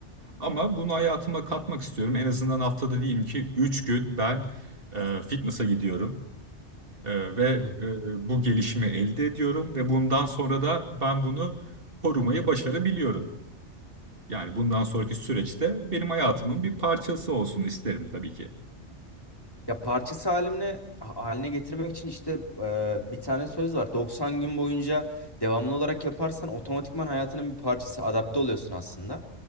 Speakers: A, on the right; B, on the left.
A: Ama bunu hayatıma katmak istiyorum. En azından haftada diyeyim ki 3 gün ben e, fitness'a gidiyorum E, ve
B: Hı.
A: e, bu gelişimi elde ediyorum ve bundan sonra da ben bunu korumayı başarabiliyorum. Yani bundan sonraki süreçte benim hayatımın bir parçası olsun isterim tabii ki.
B: Ya parçası haline haline getirmek için işte e, bir tane söz var. 90 gün boyunca devamlı olarak yaparsan otomatikman hayatının bir parçası adapte oluyorsun aslında.